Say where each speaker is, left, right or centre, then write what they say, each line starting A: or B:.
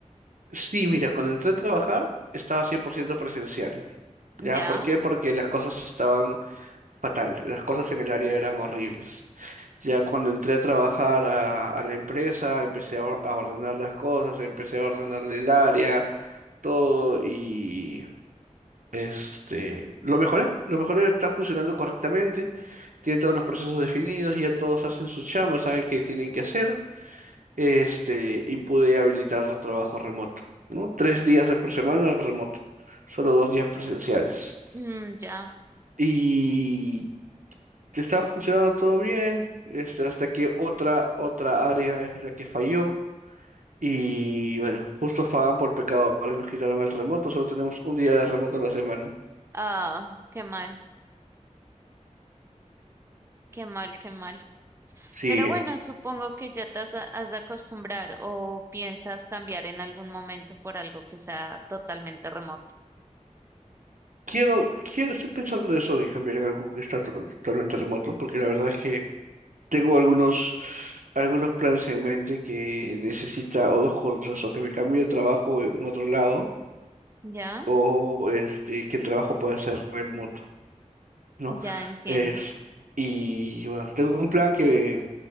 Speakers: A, on the right (about 90°); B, on the right (about 20°).
A: Sí, mira, cuando entré a trabajar estaba 100% presencial. ¿Ya?
B: ¿Ya?
A: ¿Por qué? Porque las cosas estaban fatal, las cosas en el área eran horribles. Ya cuando entré a trabajar a, a la empresa, empecé a, or- a ordenar las cosas, empecé a ordenar el área, todo y este, lo mejoré, lo mejoré, está funcionando correctamente, tiene todos los procesos definidos, ya todos hacen su chamba, saben qué tienen que hacer este, y pude habilitar trabajo remoto, ¿no? Tres días de por semana remoto, solo dos días presenciales.
B: Mm, ya.
A: Y que estaba funcionando todo bien, este, hasta que otra, otra área es la que falló. Y bueno, justos pagan por pecadores, nos quitaron el remoto, solo tenemos un día de remoto a la semana.
B: Ah, qué mal, qué mal, qué mal.
A: Sí,
B: Pero bueno, supongo que ya te has, has de acostumbrar o piensas cambiar en algún momento por algo que sea totalmente remoto.
A: quiero, quiero, estoy pensando eso de cambiar en algo que está to- totalmente remoto, porque la verdad es que Tengo algunos, algunos planes en mente que necesita o dos cosas, o que me cambie de trabajo en otro lado,
B: ¿Ya?
A: o este, que el trabajo pueda ser remoto, ¿no?
B: Ya entiendo.
A: Es, y bueno, tengo un plan que